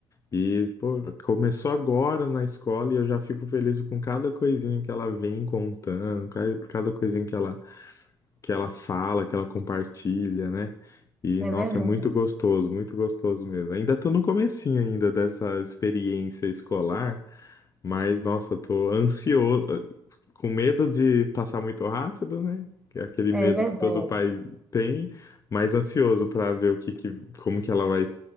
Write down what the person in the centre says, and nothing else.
É verdade,
é
verdade.